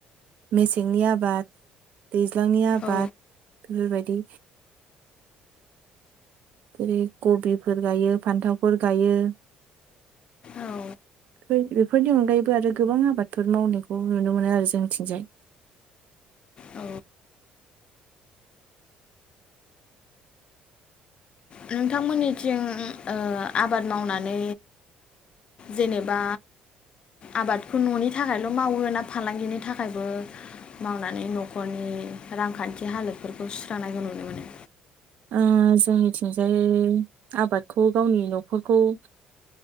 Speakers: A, on the right (about 55°); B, on the left (about 35°).
A: मेसेंनि आबाद दैज्लांनि आबाद
B: औ
A: बेफोरबायदि जेरै कबिफोर गायो फान्थावफोर गायो
B: औ
A: बेफोरनि अनगायैबो आरो गोबां आबादफोर मावनायखौ नुनो मोनो आरो जोंनिथिंजाय
B: औ नोंथांमोननिथिं आबाद मावनानै जेनेबा आबादखौ न'नि थाखायल' मावो ना फालांगिनि थाखायबो मावनानै न'खरनि रांखान्थि हालोदफोरखौ सुस्रांनायखौ नुनो मोनो
A: ओ जोंनिथिंजाय आबादखौ गावनि न'खरखौ ओ